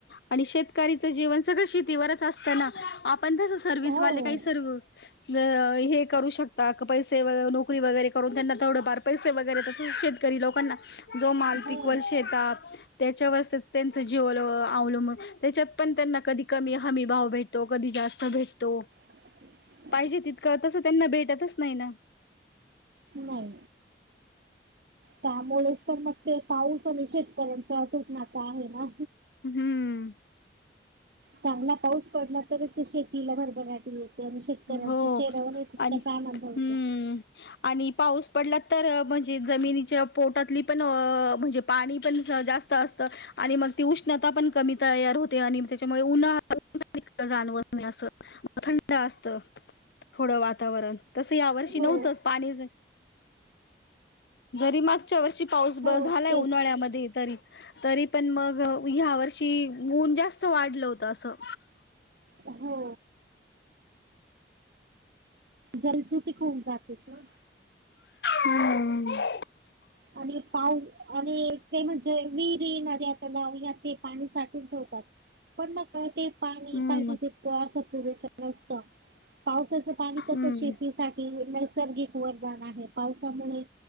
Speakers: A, on the left; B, on the right.
A: आणि शेतकरीचं जीवन सगळं शेतीवरच असतना आपण तस सर्विसवाले
B: हो.
A: काही सर्व य ये करू शकता का पैसे व नोकरी वगैरे करून त्यांना थोडेफार पैसे वगैरे तस शेतकरी लोकांना जो माल
B: हो,
A: पिकवल शेतात. त्याच्यावरच तर त्यांचं जीवन अवलंब त्याच्यात पण त्यांना कधी कमी हमी भाव भेटतो, कधी जास्त भेटतो.
B: ह <unintelligible>
A: पाहिजे तितकं, तसं त्यांना भेटतच नाही ना.
B: नई. त्यामुळेच तर मग ते पाऊस आणि शेतकऱ्यांचा अतुट नात आहे ना.
A: हम्म.
B: चांगला पाऊस पडला. तरच ते शेतीला भरभराटी येते आणि शेतकऱ्यांच्या
A: हो
B: चेहऱ्यावर तितकाच
A: आणि
B: आनंद
A: हम्म
B: होतो.
A: आणि पाऊस पडला तर, म्हणजे जमिनीच्या पोटातली पण अ म्हणजे पाणी पण जास्त असत. आणि मग ती उष्णता पण कमी तयार होते आणि त्याच्यामुळे उन्हाळा पण क <unintelligible> जाणवत नई असं. थंड असत, थोडं वातावरण तसं यावर्षी
B: हो,
A: नव्हतंच पाणी जरी मागच्या वर्षी पाऊस ब
B: हो
A: झालाय
B: तेच.
A: उन्हाळ्यामध्ये तरी. तरी पण मग ह्या वर्षी ऊन जास्त वाढलं होतं असं.
B: हो. जलसुटी <unintelligible> खाऊन होऊन जाते का?
A: हम्म. <inaudible>
B: आणि पाऊ आणि ते म्हणजे विहिरी नदया तलाव यात हे पाणी साठवून ठेवतात. पण मग न ते पाणी
A: हम्म
B: पाहिजे ते असं पुरेस नसत. पावसाचं पाणी कसं
A: हम्म
B: शेतीसाठी नेस नैसर्गिक वरदान आहे, पावसामुळे